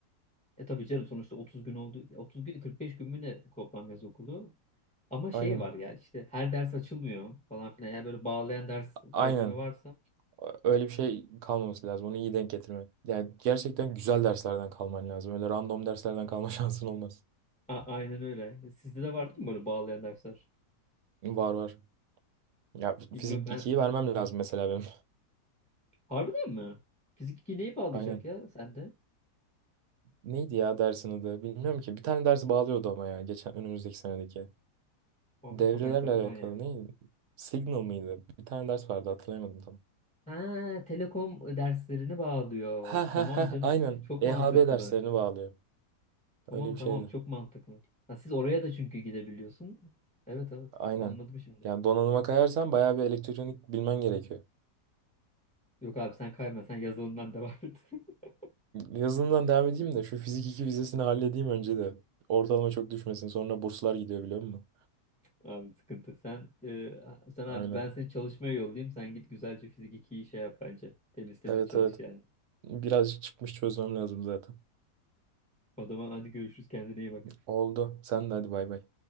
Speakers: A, in the centre; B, on the right.
A: E tabii canım sonuçta 30 gün oldu. 30 gün 45 gün mü ne toplam yaz okulu? Ama şey
B: Aynen.
A: var ya işte her ders açılmıyor falan filan. Eğer böyle bağlayan ders
B: Aynen.
A: problemi varsa.
B: Öyle bir şey kalmaması lazım. Onu iyi denk getirme. Yani gerçekten güzel derslerden kalman lazım. Öyle random derslerden kalma <laughs> şansın olmaz.
A: A- aynen öyle. E, Sizde de vardı mı böyle bağlayan dersler?
B: Var var. Ya
A: Bilmiyorum
B: fizik
A: ben.
B: ikiyi vermem lazım mesela benim.
A: Harbiden mi? Fizik 2 neyi bağlayacak
B: Aynen.
A: ya sende?
B: Neydi ya dersin adı? Bilmiyorum ki. Bir tane dersi bağlıyordu ama ya. Geçen önümüzdeki senedeki.
A: Abi
B: Devrelerle
A: çok enteresan
B: alakalı
A: ya.
B: neydi? Signal mıydı? Bir tane ders vardı hatırlayamadım tam.
A: Ha, telekom derslerini bağlıyor.
B: Ha
A: Tamam
B: ha ha
A: canım.
B: aynen.
A: Çok
B: EHB
A: mantıklı.
B: derslerini bağlıyor.
A: Tamam
B: Öyle bir
A: tamam
B: şeydi.
A: çok mantıklı. Ha, siz oraya da çünkü gidebiliyorsun. Evet evet
B: Aynen.
A: anladım şimdi.
B: Yani donanıma kayarsan bayağı bir elektronik bilmen gerekiyor.
A: Yok abi sen kayma sen yazılımdan devam et. <laughs>
B: Yazılımdan devam edeyim de şu fizik 2 vizesini halledeyim önce de. Ortalama çok düşmesin. Sonra burslar gidiyor biliyor musun?
A: Abi sıkıntı. Sen e, sen abi
B: Öyle.
A: ben seni çalışmaya yollayayım. Sen git güzelce fizik 2'yi şey yap bence. Temiz temiz
B: Evet
A: çalış
B: evet.
A: yani.
B: Birazcık çıkmış çözmem lazım zaten.
A: O zaman hadi görüşürüz kendine iyi bak.
B: Oldu. Sen de hadi bay bay.